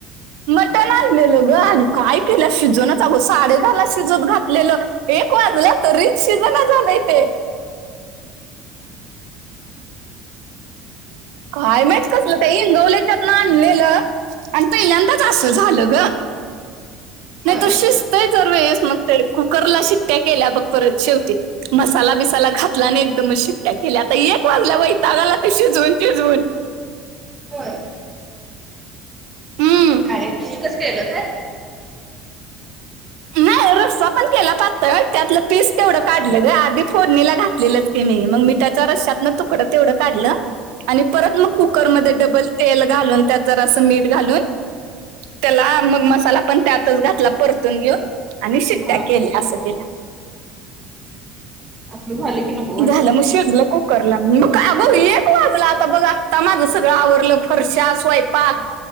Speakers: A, on the right; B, on the right.
A: मटण आणलेलं ग अ काय केलं शिजनाच आंग साडे दहाला शिजत घातलेलं एक वाजला तरी शिजला झालंय ते काय माहित कसलं ते इंगवलेच्यातन आणलेलं आणि पहिल्यांदाच असं झालं ग नाही
B: होय
A: तर शिजतय दर वेळी मग ते कुकरला शिट्या केल्या बग परत शेवटी मसाला बिसाला घातला आणि एकदमच शिट्या केल्या आता एक वाजल्या वैताघ आला ते शिजवून शिजवून
B: होय
A: हम्म
B: अरे मस <unintelligible> केलं काय
A: नाही रस्सा पण केला पातळ त्यातलं पीस तेवढं काढलं ग आधी फोडणीला घातलेलंच क म <unintelligible> मग मी त्याच्या रश्यातन तुकडं तेवढं काढलं आणि परत मग कुकरमध्ये डबल तेल घालून त्यात जरासं मीठ घालून त्याला मग मसाला पण त्यातच घातला परतून घेऊण आणि शिट्ट्या
B: हा
A: केल्या असं केल
B: आपण भ झाले क नक <inaudible>
A: झालं मग शिझल काय कुकराला मग काय अग एक वाजला आता बघ आत्ता माझं सगळं आवरडलं फरशा स्वयंपाक